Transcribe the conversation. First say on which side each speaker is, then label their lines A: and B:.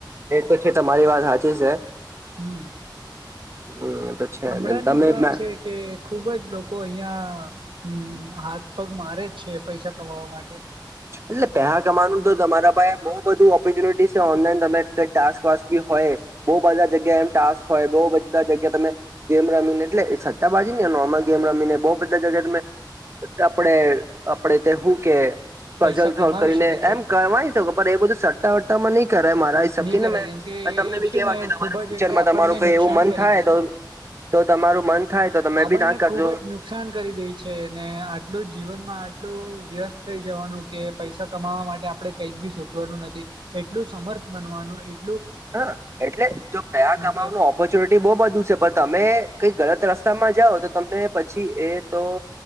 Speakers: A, on the right; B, on the right.
A: એ તો છે તમારી વાત સાચી છે
B: હમ
A: હમ તો છે
B: હમણાં
A: તમે
B: ની જ વાત
A: એટલે
B: છે કે ખુબ જ લોકો અહિયાં હમ હાથ પગ મારે જ છે પૈસા કમાવા માટે
A: એટલે પેસા કમાવાનું તો તમારા પાસે બઉુ બધું ઓપોર્ચ્યુનિટી છે ઓનલાઈન તમે ટાસ્ક વાકી હોય બહુ બધા જગ્યા એમ ટાસ્ક હોય બહુ બધા જગ્યા તમે ગેમ રમીને એટલે સટ્ટાબાજી નહિ આમાં ગ એમ રમીને બહ બધા જગ્યાએ તમે આપડે આપડે તે હું કે કઝલ
B: પૈસા
A: સોલ્વ
B: કમાવી
A: કરીને
B: શકે છે
A: એમ કવાય શકો પણ એ બધું સટ્ટા વટ્ટામાં નહી કર મારા હિસાબ
B: નહીં
A: થી
B: કરાય
A: ને મેં
B: કેમ કે
A: તમને
B: એ
A: બી
B: છે
A: કેવા
B: ને
A: કે તમારા
B: ખૂબ
A: ફ્યુચરમાં
B: જ એટલે આપણને
A: તમારુંઈ
B: નુકસાન
A: એવું મન
B: કરી
A: થાય તો તો તમારું મન થાય તો તમે
B: આ
A: બી
B: બંને
A: ના કરજો
B: ખુબ જ નુકસાન કરી દે છે આટલું જ જીવનમાં આટલું વ્યસ્ત થઈ જવાનું કે પૈસા કમાવા માટે આપણે કઈક બી સોચવાનું નથી એટલું સમર્થ બનવાનું એ
A: હા એટલે જો કયા કમાવાનું
B: કે
A: ઓપોર્ચ્યુનિટી બહુ બધું છે પણ તમે કઈક ગલત રસ્તામાં જાઓ તો તમને પછી એ તો